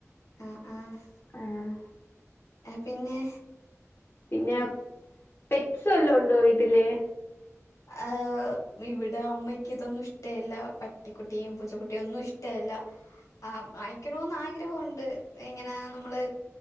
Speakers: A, on the left; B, on the left.
A: ആഹ് ആഹ്
B: ആഹ്
A: ആഹ് പിന്നെ
B: പിന്നെ പെറ്റ്സ് വെല്ലോ ഒണ്ടോ വീട്ടില്
A: ആഹ് ഇവിടെ അമ്മയ്ക്ക് ഇതൊന്നും ഇഷ്ടില്ല പട്ടിക്കുട്ടിയും പൂച്ചക്കുട്ടിയും ഒന്നും ഇഷ്ട ട്ടേല്ല ആഹ് വാങ്ങിക്കണോന്ന് ആഗ്രഹവൊണ്ട് ഇങ്ങന നമ്മള്